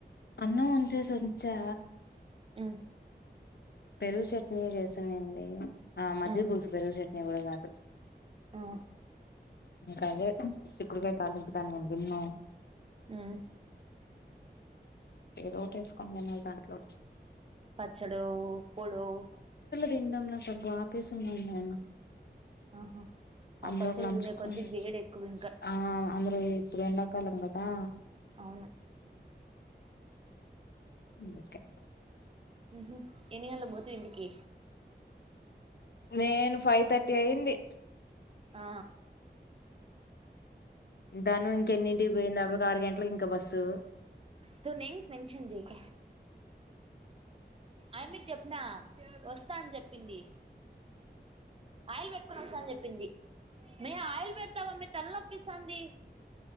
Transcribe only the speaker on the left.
అన్నం వంచేసి వచ్చా
పెరుగు చట్నీ చేస్తున్నాండి ఆ మజిక
పులుసు పెరుగు చెట్నీ మి ఉరు కధు
ఇంకా అదే చిక్కుడుగాయ తాళింపు దాని నేను తిన్ను
ఏదోట వేసుకొని తినాలి దాంట్లో
తిండంలో తగ ఆపేసి న నేను
అందులోకి
నంచుకొని
ఆ అందరూ ఇప్పుడు ఎండకాలం కదా
ఒకే
నేను ఫైవ్ థర్టీ అయింది
దాను ఇంకెన్నింటి పోయ్య అప్పటికి ఆరు గంటలకుకి ఇంకా బస్సు